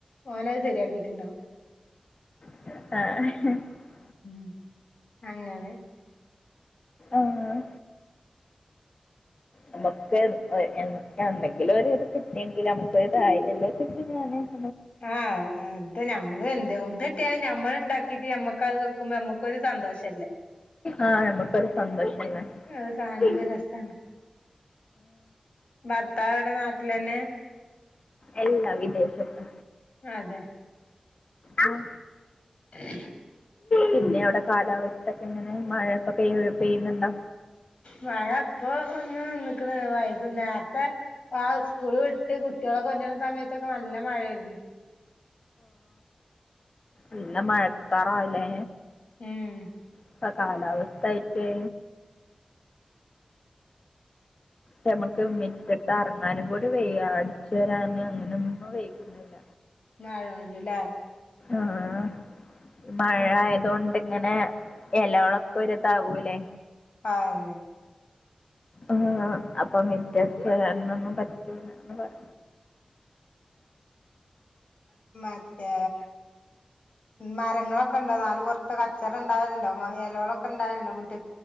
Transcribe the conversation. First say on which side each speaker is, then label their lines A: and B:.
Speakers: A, on the left; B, on the left.
A: ഓനത് ശരിയാക്കിട്ടുണ്ടവും
B: ആഹ
A: ഉം അങ്ങനെ
B: ആഹ നമുക്ക് എന്തെങ്കിലും ഒരു ഇത് കിട്ടിയെങ്കിൽ നമുക്ക് ഇതായി എല്ലോ കിട്ടും ഞാന് <unintelligible>
A: ആഹ അത മ്മ <unintelligible> അത് എന്ത ഒന്ന കട്ടിയാലും ഞമ്മൾ ഉണ്ടാക്കിട്ട് മ്മക്ക് അത് വെക്കുമ്പോ നമ്മുക്കൊരു സന്തോഷമല്ലേ
B: ആഹ നമക്കരു സന്തോഷം
A: അത് കാണുമ്പോ
B: പിന്നെ
A: രസാണ് ഭർത്താവ് എവിടെ അ നാട്ടിൽ തന്നെആ
B: അല്ല വിദേശത്ത്
A: അതെ
B: ആഹ
A: ഉ <unintelligible>
B: പിന്നെ അവിടെ കാലാവസ്ഥ ഒക്കെ ഇങ്ങനെ മഴക്കൊക്കെ പെയ്യുന്നുണ്ടോ
A: മഴ ഇപ്പൊ ഒന്ന് നിന്നിക്കണ വൈകു നേരത്തെ സ്കൂൾ വിട്ട് കുട്ടികളൊക്കെ കൊണ്ടിരുന്ന സമയത്തൊക്കെ നല്ല മഴായിരുന്നു
B: എല്ലാ മഴക്കാറായില്ലേ
A: ഉം
B: ഇപ്പ കാലാവസ്ഥയിട്ടേ നമക്ക് മിറ്റത്തേ ഇറങ്ങാനും കൂടി വെയ്യ അടിച്ചു വരാന് അങ്ങനൊന്നും വെയിക്കുന്നില്ല
A: നാഴുണ്ട്ല്ലേ
B: ആഹ മഴ അതുകൊണ്ട്ിങ്ങനെ ഇലകളൊക്കെ ഒതാവല്ലേ
A: ആന്നെ
B: ആഹ അപ്പൊ മറ്റച്ച വരൻൊന്നും പറ്റൂല്ലന്ന് പറ
A: മറ്റേ മരങ്ങളൊക്കെ ഉണ്ടോ നാല് പുറത്ത് കച്ചറം ഉണ്ടായിോ ഇലകളൊക്കെ ഉണ്ടായിരണ്ടോ മുറ്റ